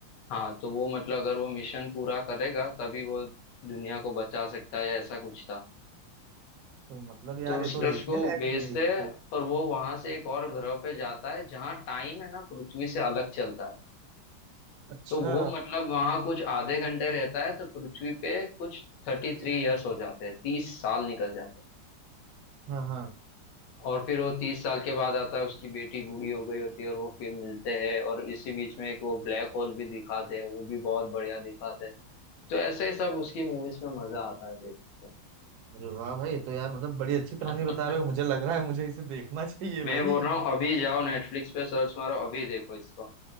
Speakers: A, on the left; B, on the right.
A: हाँ तो वो मतलब अगर वो मिशन पूरा करेगा तभी वो दुनिया को बचा सकता है ऐसा कुछ था
B: तो मतलब यार
A: तो उसने
B: ये तो
A: उसको
B: देखने लायक
A: भेजते
B: मूवी है
A: हैं
B: फिर
A: और वो वहां से एक और ग्रह पे जाता है जहाँ टाइम है ना पृथ्वी से अलग चलता है
B: अच्छा
A: तो वो मतलब वहां कुछ आधे घंटे रहता है तो पृथ्वी पे कुछ थर्टी थ्री ईयर्स हो जाते हैं तीस साल निकल जाते हैं
B: हाँ हाँ
A: और फिर वो तीस साल के बाद आता है उसकी बेटी बूढ़ी हो गई होती है और वो फिर मिलते हैं और इसी बीच में एक वो ब्लैक होल भी दिखाते हैं वो भी बहुत बढ़िया दिखाते हैं तो ऐसे ही सब उसकी मूवीज में मजा आता है देखने
B: अरे वाह भाई तो यार मतलब बड़ी अच्छी कहानी
A: को
B: बता रहे हो मुझे लग रहा है मुझे इसे देखना चाहिए
A: <laughs> मैं
B: भाई
A: बोल रहा हूँ अभी जाओ नेटफ्लिक्स पे सर्च मारो अभी देखो इसको